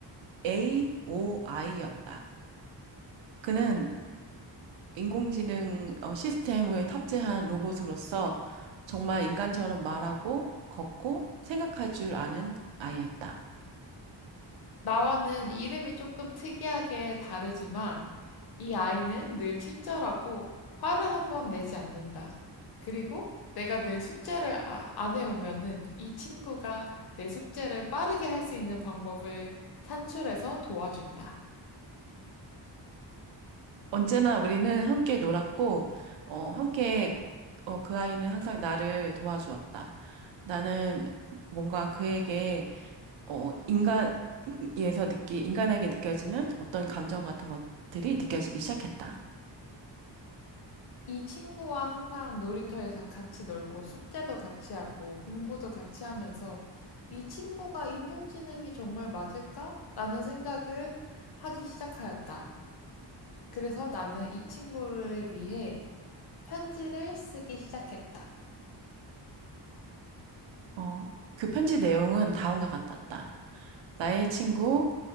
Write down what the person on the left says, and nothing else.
나와는 이름이 조금 특이하게 다르지만 이 아이는 늘 친절하고 화를 한번 내지 않는다. 그리고 내가 늘 숙제를 아- 안 해오면은 이 친구가 내 숙제를 빠르게 할 수 있는 방법을 산출해서 도와준다.
이 친구와 항상 놀이터에서 같이 놀고 숙제도 같이 하고 공부도 같이 하면서 이 친구가 인공지능이 정말 맞을까? 라는 생각을 하기 시작하였다. 그래서 나는 이 친구를 위해 편지를 쓰기 시작했다.